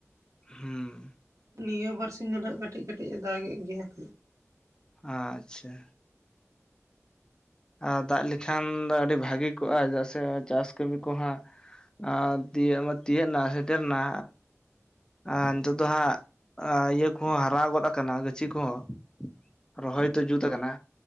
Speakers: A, on the left; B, on the right.
A: ᱦᱮᱸ
B: ᱱᱤᱭᱟᱹ ᱵᱟᱨᱥᱤᱧ ᱫᱚ ᱱᱟᱦᱟᱜ ᱠᱟᱹᱴᱤᱡ ᱠᱟᱹᱴᱤᱡ ᱮ ᱫᱟᱜ ᱮ ᱜᱮᱭᱟ ᱱᱟᱟᱜ
A: ᱟᱪᱪᱷᱟ ᱟᱨ ᱫᱟᱜ ᱞᱮᱠᱷᱟᱱ, ᱟᱹᱰᱤ ᱵᱷᱟᱹᱜᱤ ᱠᱚᱜᱼᱟ ᱪᱮᱫᱟᱜ ᱥᱮ ᱪᱟᱥ ᱠᱟᱹᱢᱤ ᱠᱚᱦᱟᱜ ᱟᱨ ᱛᱤᱭᱟᱹᱜ ᱢᱟ ᱛᱤᱭᱟᱹᱜ ᱱᱟ ᱥᱮᱴᱮᱨ ᱮᱱᱟ
B: ᱦᱳᱭ
A: ᱟᱨ ᱱᱤᱛᱚᱜ ᱫᱚ ᱦᱟᱸᱜ ᱤᱭᱟᱹ ᱠᱚᱦᱚᱸ ᱦᱟᱨᱟ ᱜᱚᱫ ᱟᱠᱟᱱᱟ ᱜᱟᱹᱪᱷᱤ ᱠᱚᱸᱦᱚᱸ ᱨᱚᱦᱚᱭ ᱫᱚ ᱡᱩᱛ ᱟᱠᱟᱱᱟ,